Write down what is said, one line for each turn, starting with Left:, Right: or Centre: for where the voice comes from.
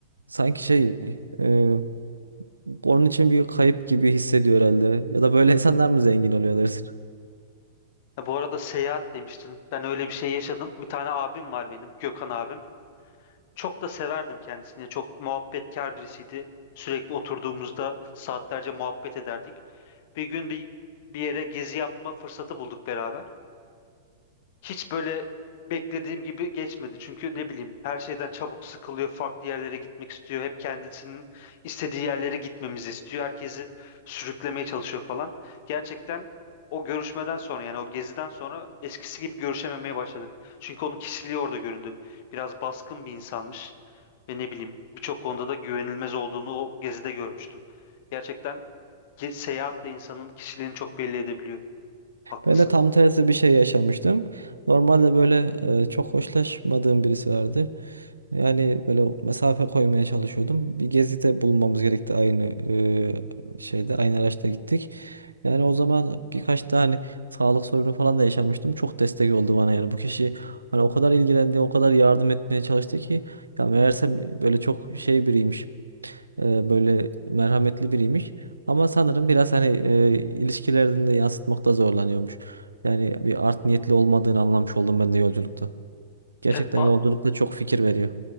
Right: sanki şey e, onun için bir kayıp gibi hissediyor herhalde. Ya da böyle insanlar mı zengin oluyor dersin?
Left: Ya Bu arada seyahat demiştin. Ben öyle bir şey yaşadım. Bir tane abim var benim, Gökhan abim. Çok da severdim kendisini. Yani Çok muhabbetkar birisiydi. Sürekli oturduğumuzda saatlerce muhabbet ederdik. Bir gün bir bir yere gezi yapma fırsatı bulduk beraber hiç böyle beklediğim gibi geçmedi. Çünkü ne bileyim her şeyden çabuk sıkılıyor, farklı yerlere gitmek istiyor. Hep kendisinin istediği yerlere gitmemizi istiyor. Herkesi sürüklemeye çalışıyor falan. Gerçekten o görüşmeden sonra yani o geziden sonra eskisi gibi görüşememeye başladık. Çünkü onun kişiliği orada göründü. Biraz baskın bir insanmış ve ne bileyim birçok konuda da güvenilmez olduğunu o gezide görmüştüm. Gerçekten ge- seyahat de insanın kişiliğini çok belli edebiliyor. Haklısın.
Right: Ben de tam tersi bir şey yaşamıştım. Normalde böyle e, çok hoşlaşmadığım birisi vardı. Yani böyle mesafe koymaya çalışıyordum. Bir gezide bulunmamız gerekti aynı e, şeyde, aynı araçta gittik. Yani o zaman birkaç tane hani sağlık sorunu falan da yaşamıştım. Çok destek oldu bana yani. Bu kişi hani o kadar ilgilendi, o kadar yardım etmeye çalıştı ki ya meğersem böyle çok şey biriymiş e, böyle merhametli biriymiş. Ama sanırım biraz hani e, ilişkilerini de yansıtmakta zorlanıyormuş. Yani bir art niyetli olmadığını anlamış oldum ben de yolculukta. Gerçekten
Left: Evet, ba-
Right: yolculukta çok fikir veriyor.